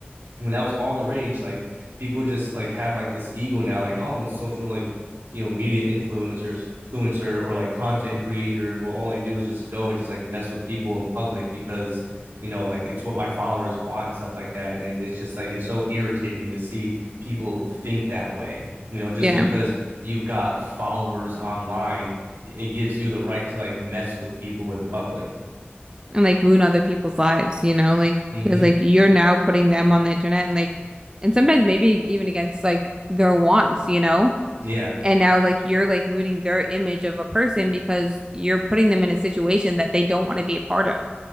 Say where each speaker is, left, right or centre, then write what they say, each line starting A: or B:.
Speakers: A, on the right; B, on the right.
A: when that was all the rage, like people just like have like this ego now, like oh, well, social like you know media influencers, influencer or like content creator Well, all I do is just go and just like mess with people in public because you know like it's what my followers want and stuff like that, and it, it's just like it's so irritating to see people think that way. You know, just
B: Yeah.
A: because you've got followers online, it gives you the right to like mess with people in public.
B: And like ruin other people's lives, you know? Like,
A: hmm
B: because like you're now putting them on the internet and like, and sometimes maybe even against like their wants, you know?
A: Yeah.
B: And now, like, you're like ruining their image of a person because you're putting them in a situation that they don't want to be a part of.